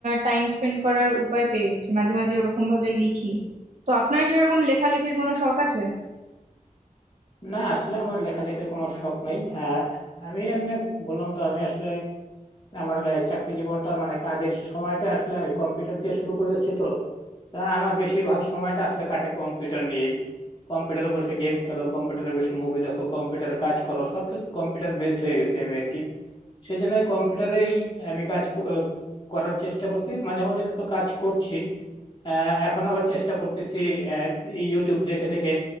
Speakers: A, on the right; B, on the left.
A: টাইম স্পেন্ড করার উপায় পেয়ে গেছি মাঝে মাঝে ওরকম ভাবে লিখি তো আপনার কি ওরকম লেখালেখির কোনো শখ আছে
B: না আসলে আমার লেখালেখির কোনো শখ নাই আহ, আমি এমনি বললাম তো আমি আসলে আমার আহ, চাকরি জীবনটা মানে কাজের সময়টা আসলে কম্পিউটার দিয়ে শুরু করেছি তো তা আমার বেশিরভাগ সময়টা আসলে কাটে কম্পিউটার নিয়েই কম্পিউটারে বসে গেম খেলো কম্পিউটারে বসে মুভি দেখো কম্পিউটারে কাজ করো সবকিছু কম্পিউটার বেসড হয়ে গেছে আমি আর কি সেই জন্য কম্পিউটারেই আমি কাজ ক- আহ, করার চেষ্টা করছি মাঝে মধ্যে কিছু কাজ করছি আহ, এখন আবার চেষ্টা করতেছি আহ, ইউটিউব দেখে দেখে